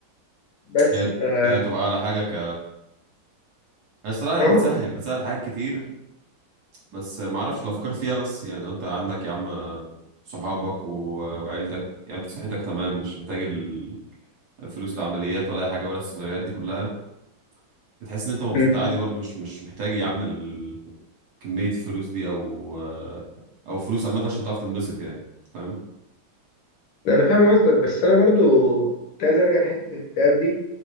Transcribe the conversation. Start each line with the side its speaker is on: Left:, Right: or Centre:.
Left: بس
Right: هي
Left: فا
Right: هي تبقى على حاجة ك بس رأيي
Left: أهو
Right: بتسهل بتسهل حاجات كتير بس ما اعرفش لو فكرت فيها بس يعني لو انت عندك يا عم صحابك و... وعيلتك يعني انت صحتك تمام مش محتاج ال- الفلوس لعمليات ولا اي حاجه ولا السيناريوهات دي كلها بتحس ان انت مبسوط
Left: م.
Right: عادي برضو مش مش محتاج يا عم ال- كميه الفلوس دي او او فلوس عامه عشان تعرف تنبسط يعني فاهم
Left: أنا فاهم قصدك بس أنا برضو كنت عايز أرجع لحتة الاكتئاب دي